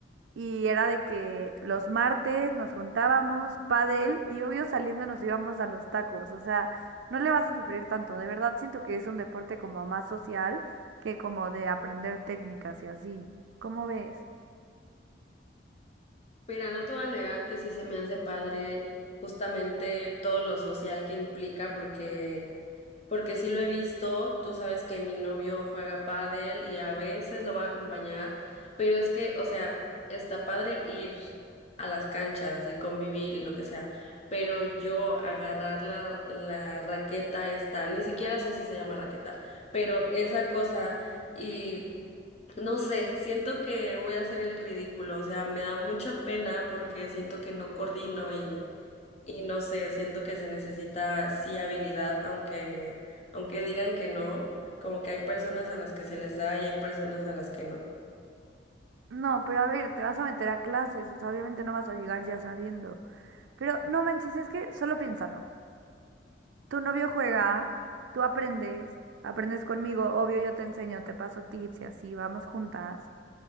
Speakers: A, on the right (about 85°); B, on the left (about 35°).
A: y era de que los martes nos juntábamos, pádel, y obvio saliendo nos íbamos a los tacos. O sea, no le vas a sufrir tanto. De verdad siento que es un deporte como más social que como de aprender técnicas y así. ¿Cómo ves?
B: Mira, no te voy a negar que sí se me hace padre justamente todo lo social que implica, porque porque sí lo he visto, tú sabes que mi novio juega pádel y a veces lo va a acompañar, pero es que, o sea, está padre ir a las canchas y convivir y lo que sea, pero yo agarrar la, la raqueta esta, ni siquiera sé si se llama raqueta, pero esa cosa y no sé, siento que voy a hacer el ridículo, o sea, me da mucha pena porque siento que no coordino y no sé, siento que se necesita sí habilidad, aunque, aunque digan que no, como que hay personas a las que se les da y hay personas a las que no.
A: No, pero a ver, te vas a meter a clases, o sea, obviamente no vas a llegar ya sabiendo. Pero no manches, es que solo piénsalo. Tu novio juega, tú aprendes, aprendes conmigo, obvio yo te enseño, te paso tips y así, vamos juntas.